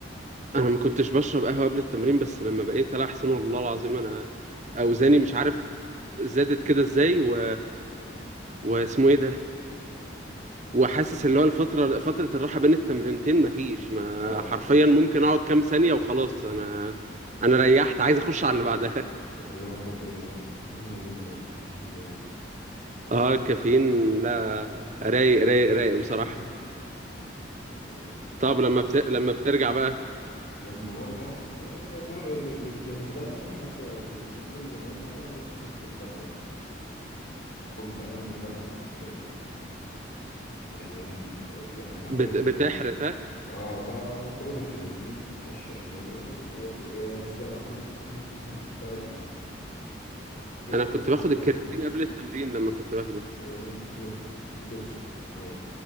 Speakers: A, on the right; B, on the left.
A: انا ما كنتش بشرب قهوه قبل التمرين بس لما بقيت العب حسين والله العظيم انا اوزاني مش عارف زادت كده ازاي و... واسمه ايه ده وحاسس اللي هو الفتره فتره الراحه بين التمرينتين مفيش ما
B: اه
A: حرفيا ممكن اقعد كام ثانيه وخلاص انا انا ريحت عايز اخش على اللي بعدها
B: اللي هو بجد مهمه جدا قبل الجيم مهمه جدا
A: <laughs> اه الكافيين لا رايق رايق رايق بصراحه
B: <laughs> خلاص مش
A: طب لما بت... لما بترجع بقى
B: لما برجع آه، ما- يعني في الاغلب بحب يكون لما ارجع بقى هي فقره الغداء بقى بتاعي اكون بقى انزل بقى في الاكل آه، يعني أم- آه، يعني اخد
A: بت...
B: الكرياتين
A: بتحرق ها
B: اه ب- باخد الكرياتين واشرب ميه و... آه، آه، بس لا باخد الكرياتين بعد الاكل هي
A: انا
B: بص
A: كنت
B: هي
A: باخد
B: كده كده
A: الكرياتين
B: ما بتفرقش
A: قبل التمرين لما كنت باخده
B: يعني بص هي ما بتفرقش عادي